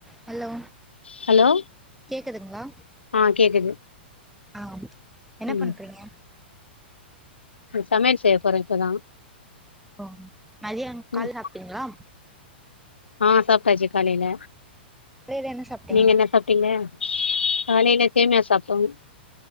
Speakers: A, in the centre; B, on the left.
A: hello
B: hello
A: கேக்குதுங்களா
B: ஆ கேக்குது
A: ஆ என்ன
B: ம்
A: பண்றீங்க
B: சமையல் செய்ய போறேன் இப்பதான்
A: ஓ மதியம்
B: ம்
A: கால்ல சாப்டீங்களா
B: ஆ சாப்ட்டாச்சு காலையில
A: காலைல என்ன சாப்ட்டீங்க
B: நீங்க என்ன சாப்ட்டீங்க காலையில சேமியா சாப்டோம்